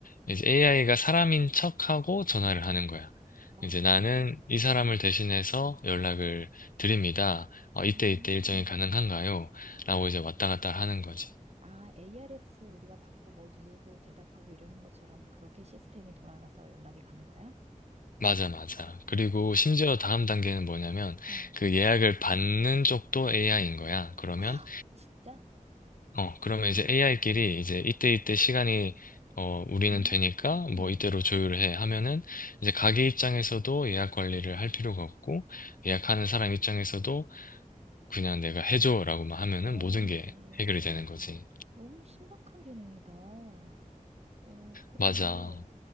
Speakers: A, on the left; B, on the right.
A: 이제 AI가 사람인 척하고 전화를 하는 거야.
B: 아,
A: 이제 나는 이 사람을 대신해서 연락을 드립니다. 어,
B: 음.
A: 이때 이때 일정이 가능한가요? 라고 이제 왔다 갔다 하는 거지.
B: 아, ARS 우리가 받고 뭐 누르고 대답하고 이러는 것처럼 그렇게 시스템이 돌아가서 연락이 가는 거야?
A: 맞아, 맞아. 그리고 심지어 다음 단계는 뭐냐면,
B: 아.
A: 그 예약을 받는 쪽도 AI인 거야. 그러면
B: 아, <laughs> 진짜?
A: 어, 그러면 이제 AI끼리 이제 이때 이때 시간이 어, 우리는
B: 음.
A: 되니까 뭐 이때로 조율해 하면은 이제 가게 입장에서도 예약 관리를 할 필요가 없고 예약하는 사람 입장에서도 그냥 내가 해줘라고만 하면은
B: 그러네.
A: 모든 게 해결이 되는 거지.
B: 너무 신박한 기능이다. 어, 그런데,
A: 맞아.